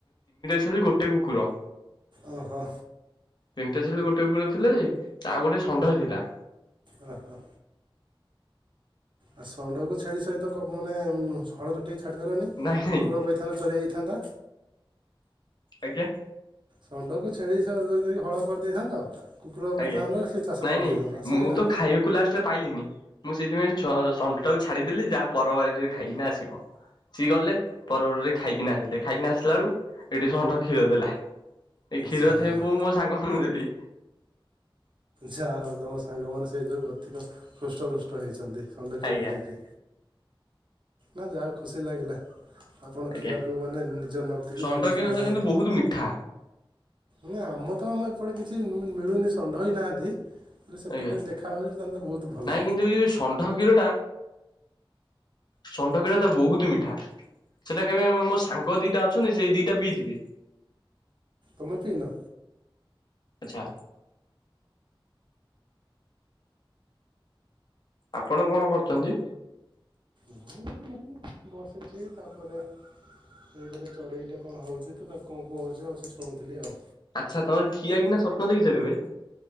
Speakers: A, on the left (about 50°); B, on the right (about 60°).
A: ଖାଲି ଗୋଟେ କୁକୁର।
B: ଓହୋ
A: ତିନିଟା ଛେଳି ଗୋଟେ କକୁର ଥିଲେ ଯେ ଆଉ ଗୋଟେ ଷଣ୍ଢ ଥିଲା।
B: ଓ ହୋ। ଆ ଷଣ୍ଡକୁ ଛେଳି ସହିତ କ ମାନେ ହଳ ରେ ଟିକେ ଛାଡ଼ିଦେଲନି
A: ନାଇଁ ନାଇଁ
B: କୁକୁର କହିଥାନ୍ତା ଚରେଇ ଦେଇ ଥାନ୍ତା?
A: ଆଜ୍ଞା।
B: ଷଣ୍ଢକୁ ଛେଳି ସହ ଦେଇକି ଯଦି ହଳ କରିଦେଇଥାନ୍ତ? କୁକୁର କହିଥାନ୍ତା
A: ଆଜ୍ଞା
B: ସେ ଚାଷ
A: ନାଇଁ
B: କରିଦେଇଥାନ୍ତା
A: ନାଇଁ
B: ସଇଲା।
A: ମୁଁ ତ ଖାଇବାକୁ ଲାଷ୍ଟରେ ପାଇଲିନି। ମୁଁ ସେଇଥିପାଇଁ ସ ଷଣ୍ଢ ଟାକୁ ଛାଡିଦେଲି ଯାହା ପର ବାରୀରେ ଖାଇକିନା ଆସିବ। ସିଏ ଗଲେ ପର ବାଡ଼ିରେ ଖାଇକିନା ଆସିଲେ ଖାଇକି ନା ଆସିଲା ବେଳୁ ଏଠି ଷଣ୍ଢ କ୍ଷୀର ଦେଲା। ଏଇ କ୍ଷୀର
B: ଯା
A: ସେ ପୁ ମୋ ସାଙ୍ଗଙ୍କୁ ଦେଲି।
B: ଯାହା ହଉ ତମ ସାଙ୍ଗମାନେ ସେଇଥି ଯୋଗୁଁ ଅଧିକ ହୃଷ୍ଟପୃଷ୍ଟ ହେଇଛନ୍ତି। ଷଣ୍ଡ କ୍ଷୀର
A: ଆଜ୍ଞା
B: ଖାଇକି ନା ଯାହା ହଉ ଖୁସି ଲାଗିଲା। ଆପଣ
A: ଆଜ୍ଞା।
B: କ୍ଷୀରକୁ ମାନେ ନିଜ ନ ପିଇକି
A: ଷଣ୍ଢ କ୍ଷୀର
B: ସାଙ୍ଗମାନଙ୍କୁ
A: ଟା କିନ୍ତୁ ବହୁତ ମିଠା
B: ନା ଆମ ତ ଆମ ଏପଟେ କିଛି ମିଳୁନି ଷଣ୍ଢ ହେଇ ନାହାନ୍ତି। ହେଲେ ସେପଟେ
A: ଆଜ୍ଞା
B: ଦେଖା ହେଉଛି ତାହେଲେ ବହୁତ ଭଲ
A: ନାଇଁ କିନ୍ତୁ ଏ ଯୋଉ ଷଣ୍ଢ କ୍ଷୀର ଟା। ଷଣ୍ଡ କ୍ଷୀରଟା ତ ବହୁତ ମିଠା। ସେଟା କେବେ ମୋ ସାଙ୍ଗ ଦିଟା ଅଛନ୍ତି ସେଇ ଦିଟା ପିଇଥିବେ?
B: ତମେ ପିଇନ?
A: ଆଚ୍ଛା। ଆପଣ କଣ କରୁଛନ୍ତି?
B: ମୁଁ ଏମିତି ବସିଛି ତାପରେ ଏଇ କଟେ ଚଢେଇଟେ କଣ ହଉଛି ତ ତାକୁ କୁ କୁ ହଉଛି ତ ବସି ଶୁଣୁଥିଲି ଆଉ।
A: ଆଚ୍ଛା ତମେ ଠିଆ ହେଇକିନା ସ୍ୱପ୍ନ ଦେଖଛ କେବେ?